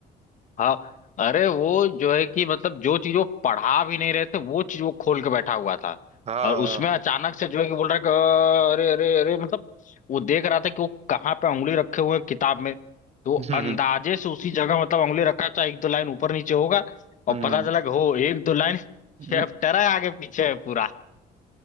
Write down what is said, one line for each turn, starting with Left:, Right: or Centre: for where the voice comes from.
Left: हाँ अरे वो जो है कि मतलब जो चीज वो पढ़ा भी नहीं रहे थे वो चीज वो खोल के बैठा हुआ था
Right: <laughs> हाँ
Left: और उसमें अचानक से जो है कि बोल रहा है कि, अरे अरे अरे मतलब वो देख रहा था कि वो कहाँ पे उंगली रखे हुए हैं किताब में तो वो
Right: हम्म
Left: अंदाजे से उसी जगह मतलब उंगली रखा चाहे एक दो लाइन ऊपर नीचे होगा और
Right: हम्म।
Left: पता चला कि हो एक दो लाइन <laughs>
Right: हम्म।
Left: चैप्टर है आगे पीछे है पूरा